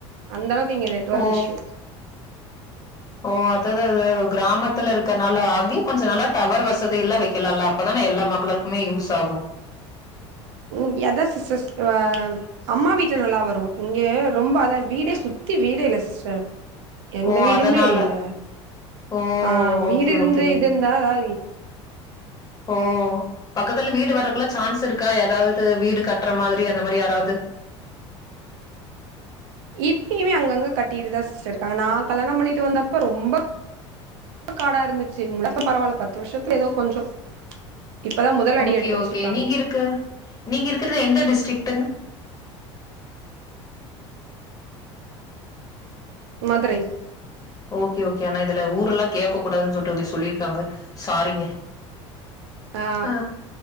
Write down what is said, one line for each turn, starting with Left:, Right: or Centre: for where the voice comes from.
Right: அந்த அளவுக்கு இங்க நெட்ஒர்க்
Left: ஹோ
Right: இஷ்யூ
Left: ஓ அதது அது கிராமத்துல இருக்கனால அங்கியு கொஞ்ச நல்லா டவர் வசதி எல்லா வெக்கலால்ல அப்பதான எல்லா மக்களு குமே யூஸ் ஆகு
Right: ம் எத சிஸ்டர் <unintelligible> அம்மா வீட்ல நல்லா வரு இங்க ரொம்ப அத வீடே சுத்தி வீடே இல்ல சிஸ்டர் எந்த
Left: ஓ
Right: வீடுமே
Left: அதனால
Right: இல்ல
Left: ஓ
Right: ஆ
Left: ஓகே
Right: வீடு இருந்து
Left: ஓகே
Right: இது இருந்தா அதா
Left: ஓ பக்கத்துல வீடு வரக்லா சான்ஸ் இருக்கா எதாவது வீடு கட்ற மாதிரி அந்த மாரி யாராது
Right: இப்பயுமே அங்கங்க கட்டிட்டுதா சிஸ்டர் இருக்காங்க நா கல்யாணம்பண்ணிட்டு வந்தப்ப ரொம்ப காடா இருந்துச்சு முழக்க பரவால்ல பத்து வருஷத்துல ஏதோ கொஞ்சோ இப்பதா முதல் அடி
Left: ஓகே
Right: எடுத்து வச்சிருக்காங்க
Left: ஓகே நீங்க இருக்கு நீங்க இருக்கறது எந்த டிஸ்டரிக்டங்க
Right: மதுரை
Left: ஓகே ஓகே ஆனா இதுல ஊர்ல்லா கேக்க கூடாது ன்னு சொல்ட்டு அப்டி சொல்லியிருக்காங்க சாரிங்க
Right: ஆ
Left: அ